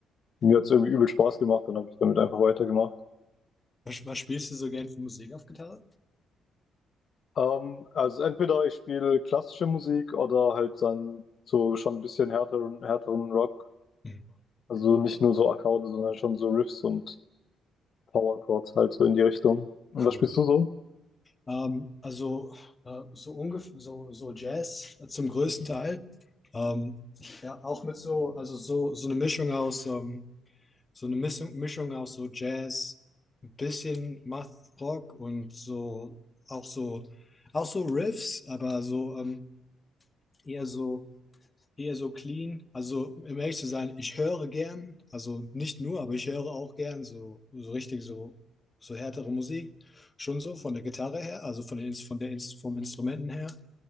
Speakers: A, on the left; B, on the left.
A: mir hat es irgendwie übel Spaß gemacht. Dann habe ich damit einfach weitergemacht.
B: Was, was spielst du so gern für Musik auf Gitarre?
A: Ähm, also entweder ich spiele klassische Musik oder halt dann so schon ein bisschen härteren, härteren Rock.
B: Hm,
A: Also nicht nur so Akkorde, sondern schon so Riffs und Power Chords halt so in die Richtung. Und
B: cool.
A: was spielst du so?
B: Ähm, also äh, so ungefähr so, so Jazz äh, zum größten Teil. Ähm, ja, auch mit so, also so, so eine Mischung aus, ähm, so eine Mischung, Mischung aus so Jazz, ein bisschen Math Rock und so auch so auch so Riffs, aber so ähm, eher so eher so clean. Also, um ehrlich zu sein, ich höre gern, also nicht nur, aber ich höre auch gern so, so richtig so, so härtere Musik. Schon so von der Gitarre her, also von den, Ins- von der, Ins- vom Instrumenten her.